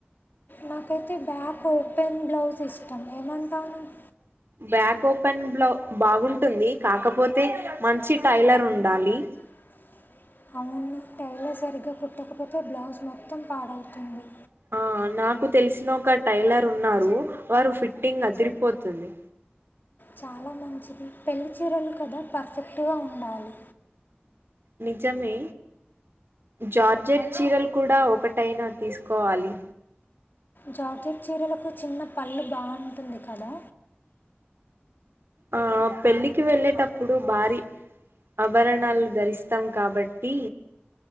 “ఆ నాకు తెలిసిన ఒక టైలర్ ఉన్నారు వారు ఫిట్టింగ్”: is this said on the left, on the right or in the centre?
Right